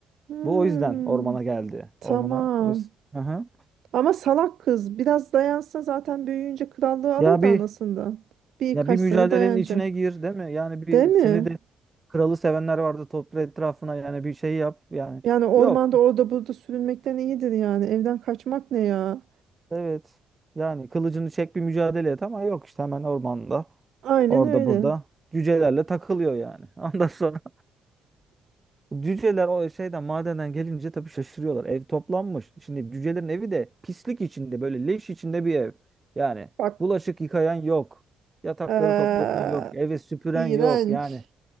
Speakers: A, on the right; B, on the right.
A: hmm.
B: Bu o yüzden ormana geldi.
A: Tamam.
B: Ormana o yüz- Hı hı.
A: Ama salak kız. Biraz dayansa zaten büyüyünce krallığı alır
B: Ya
A: da
B: bir
A: anasından. Birkaç
B: ya bir mücadelenin
A: sene dayanacak.
B: içine gir, değil mi? Yani bir
A: Değil mi?
B: seni de kralı sevenler vardı topla etrafına yani bir şey yap yani.
A: Yani ormanda
B: Yok.
A: orada burada sürünmekten iyidir yani. Evden kaçmak ne ya?
B: Evet. Yani kılıcını çek bir mücadele et ama yok işte hemen ormanda.
A: Aynen
B: Orada
A: öyle.
B: burada. Cücelerle takılıyor yani. <laughs> Ondan sonra cüceler o şeyden madenden gelince tabii şaşırıyorlar. Ev toplanmış. Şimdi cücelerin evi de pislik içinde böyle leş içinde bir ev. Yani
A: Bak,
B: bulaşık yıkayan yok. Yatakları
A: eee,
B: toplayan yok. Evi süpüren
A: iğrenç.
B: yok. Yani